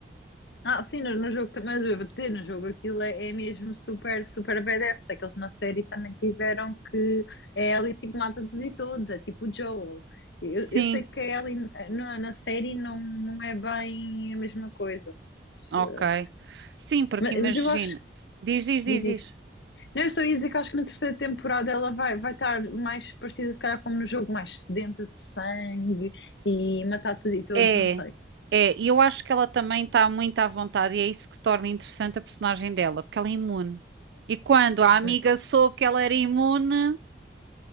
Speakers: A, on the left; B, on the right.
A: Ah, sim, no, no jogo também, mas eu vou dizer, no jogo aquilo é, é mesmo super, super badass, porque é que eles na série também tiveram que é a Ellie tipo mata tudo e todos, é tipo o Joel. Eu,
B: Sim,
A: eu sei que a Ellie eh, na, na série não, não é bem a mesma coisa, mas,
B: ok.
A: eh,
B: Sim, porque
A: ma-
B: imagina.
A: mas eu acho que
B: Diz, diz, diz,
A: diz isto.
B: diz.
A: Não, eu só ia dizer que acho que na terceira temporada ela vai, vai estar mais parecida, se calhar, como no jogo, mais sedenta de sangue e matar tudo e todos,
B: É,
A: não sei.
B: é, e eu acho que ela também está muito à vontade e é isso que torna interessante a personagem dela, porque ela é imune. E quando a amiga
A: Mas,
B: soube que ela era imune,